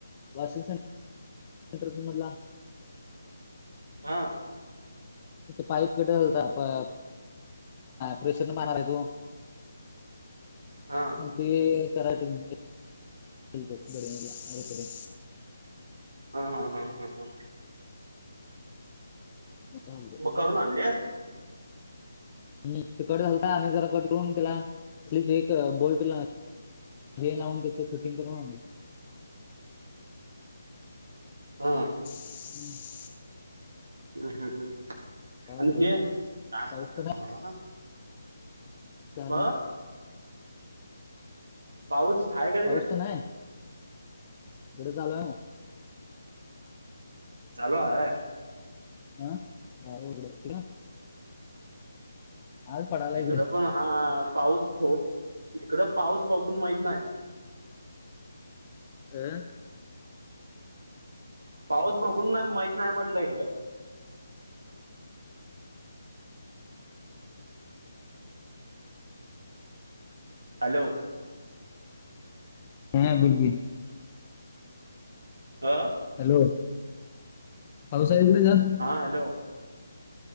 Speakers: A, on the left (about 30°); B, on the right (about 70°).
A: वाशिम संेंर मधला
B: हा
A: पाईप कठ झालत प्रेशर मार आहे तू
B: हा
A: म ते ते कराटे गडला अरकडे
B: हा हा हा हां हा
A: ात
B: मग करून आलेस
A: ह् ते कट झालता आणि जरा कट करून त्याला स्लीच एक बोल्ट ला लावून त्याच फिटिंग करून आण
B: हा
A: हम्म
B: ह्
A: काय
B: आणि
A: करायचं
B: हे काम कयचं
A: पाऊस
B: तुम्हाला
A: सल
B: ह पाऊस हा काय
A: पाऊस तर नाही कढे चालू आहे म
B: चालो आहे
A: हा ह होगड तरा आज पडाला
B: इकडं
A: इकडे
B: पण हा पाऊस हो इकड पाऊस बघून माहीत नाही
A: अ
B: पाऊस बघून ना माहीत नाही म्हटलं इकडें हॅलो
A: हा बिलकुल
B: आा
A: हॅलो पाऊसाहेब कुठ जाात
B: हा हॅलो